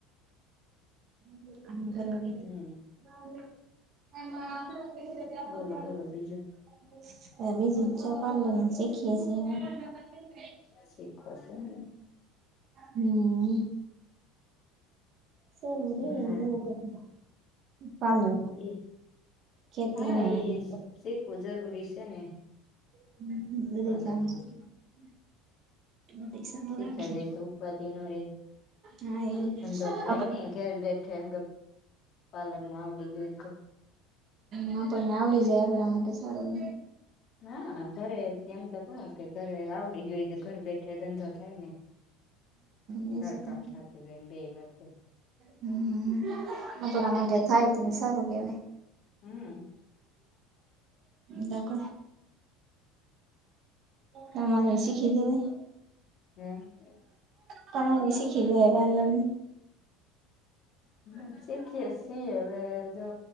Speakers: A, on the right; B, on the left.
A: અ ઘરવાડી
B: હમ
A: <unintelligible> હ <unintelligible>
B: બોલો બોલો બીજું
A: <unintelligible>
B: <unintelligible>
A: હમ <unintelligible>
B: હા
A: <inaudible>
B: એ
A: ખેતી
B: હા
A: નું
B: એ
A: બધું
B: શીખવું જરૂરી છે ને
A: <unintelligible>
B: પાર્લર
A: <inaudible>
B: નું
A: બધી સારું
B: શીખાઈ
A: રાખીએ.
B: જાય તો ઉપાધિ નો રે
A: હા
B: ધંધો થાય ને ઘર બેઠા પાર્લર નું આવડી ગયું તો
A: હ પણ આવડી જાય આપધ માટે સારું
B: હા ઘરે એમ તો ક કે ઘરે આવડી ગય તો ઘર બેઠે ધંધો થાય ને
A: બેસી
B: સરકામ
A: તો
B: થતું જાયને બે એ વાત
A: હમ આપણા માટે થાય છે ને સારું કેવાય
B: હમ
A: દક તમારે શીખી દે <unintelligible>
B: હમ
A: તમારે શીખી લેવાય પાર્લરનો
B: હ શીખીએ છી હવે જો